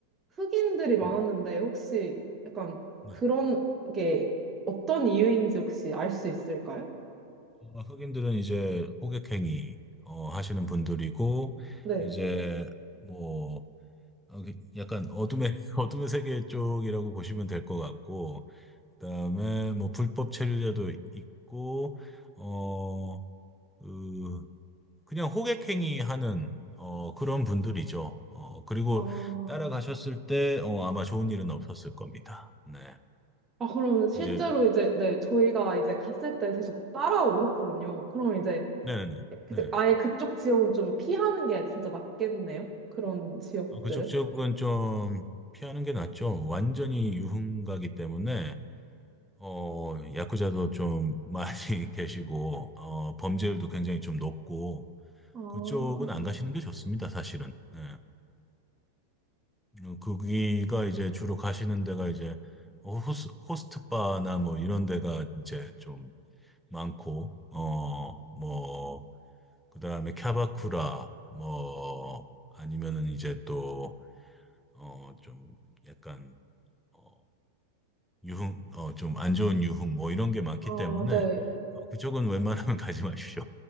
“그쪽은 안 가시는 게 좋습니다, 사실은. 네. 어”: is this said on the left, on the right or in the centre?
Centre